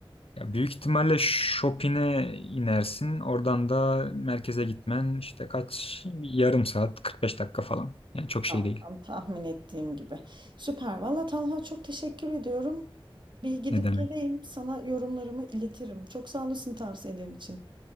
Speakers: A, on the left; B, on the right.
A: Ya büyük ihtimalle Shopping'e inersin. Oradan da merkeze gitmen işte kaç bir yarım saat 45 dakika falan. Yani çok şey
B: Tamam,
A: değil.
B: tam tahmin ettiğim gibi. Süper. Valla Talha çok teşekkür ediyorum. Bir gidip
A: Ne demek?
B: geleyim sana yorumlarımı iletirim. Çok sağ olasın tavsiyelerin için.